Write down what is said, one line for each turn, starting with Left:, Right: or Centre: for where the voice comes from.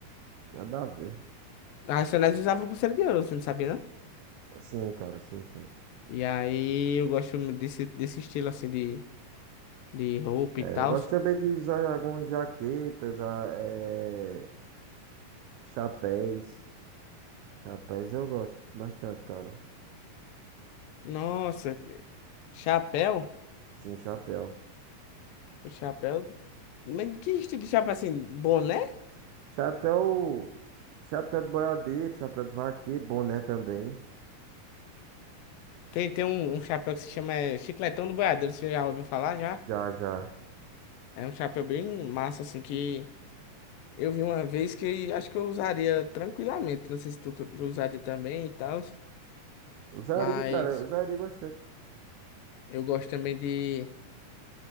Right: Nada a ver.
Left: Racionais usava pulseira de ouro, você não sabia, não?
Right: Sim, cara, sim, sim.
Left: E aí eu gosto desse, desse estilo, assim, de, de roupa
Right: É,
Left: e tal.
Right: eu gosto também de usar algumas jaquetas, a- é, chapéus. Chapéus eu gosto bastante, cara.
Left: Nossa, chapéu...
Right: Sim, chapéu.
Left: O chapéu. Mas que estilo de chapéu assim? Boné?
Right: Chapéu, chapéu de boiadeiro, chapéu de vaqueiro, boné também.
Left: Tem, tem um, um chapéu que se chama é, Chicletão do Boiadeiro, você já ouviu falar já?
Right: Já, já.
Left: É um chapéu bem massa, assim, que eu vi uma vez que acho que eu usaria tranquilamente. Não sei se tu, tu usaria também e tal.
Right: Usaria,
Left: Mas
Right: cara, usaria bastante.
Left: eu gosto também de,